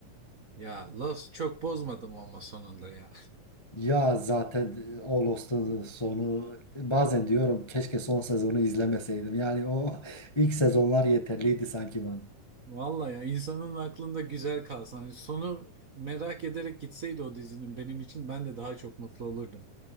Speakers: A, on the right; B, on the left.
A: Ya Lost çok bozmadım ama sonunda ya.
B: Ya zaten o Lost'un sonu bazen diyorum keşke son sezonu izlemeseydim. Yani o <laughs> ilk sezonlar yeterliydi sanki bana.
A: Vallahi ya insanın aklında güzel kalsın. Hani sonu merak ederek gitseydi o dizinin benim için ben de daha çok mutlu olurdum.